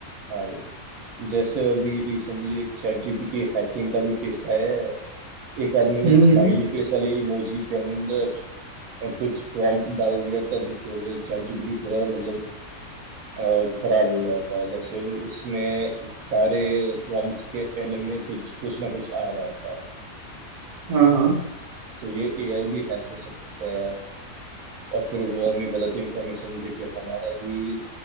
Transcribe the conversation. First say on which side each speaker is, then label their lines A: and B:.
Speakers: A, on the right; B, on the right.
A: हाँ भाई जैसे अभी रिसेंटली एक चैट जीपीटी हैकिंग का भी केस आया है एक आदमी ने
B: हम्म
A: स्माइली फेस वाले इमोजी के अंदर अ, कुछ प्रॉम्प्ट डाल दिया था जिसकी वजह से चैट जीपीटी थोड़ा मतलब अ, खराब हो गया था जैसे उसमें सारे प्रॉम्प्ट्स के एंड में कुछ कुछ ना कुछ आ रहा था
B: हाँ हाँ
A: तो ये एआई भी हैक हो सकता है और फिर वो हमें गलत इंफॉर्मेशन दे के हमारा भी